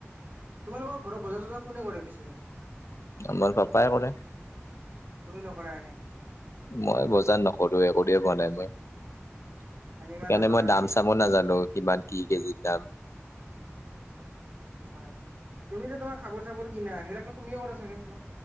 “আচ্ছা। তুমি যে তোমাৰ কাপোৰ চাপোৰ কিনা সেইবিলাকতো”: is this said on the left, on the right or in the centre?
Right